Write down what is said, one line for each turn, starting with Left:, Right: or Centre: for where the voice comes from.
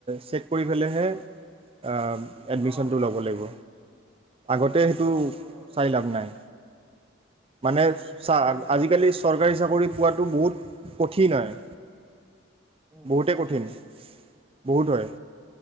Right: চেক কৰি পেলাইহে আ আআ এডমিশ্যনতো
Centre: অ
Right: লব লাগিব আগতে সেইটো
Centre: অ এইটো হয়
Right: চাই লাভ নাই। মানে
Centre: এইটো
Right: চা
Centre: হয়
Right: আজিকালি চৰকাৰী চাকৰি পোৱাটো বহুত কঠিন হয়।
Centre: উম
Right: বহুতে
Centre: বহুত টান
Right: কঠিন বহুত হয়।